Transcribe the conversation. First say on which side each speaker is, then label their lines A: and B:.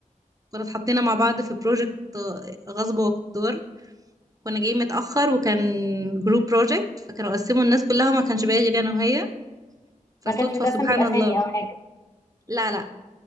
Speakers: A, on the right (about 25°); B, on the left (about 25°).
A: كنا اتحطينا مع بعض في بروجكت غصب واقتدار كنا جايين متأخر وكان جروب بروجكت فكانوا قسموا الناس كلها ما كانش باقي غير انا وهي فصدفة
B: ما كانش بيتقسم
A: سبحان
B: بالأسامي
A: الله
B: أو حاجة،
A: لا لا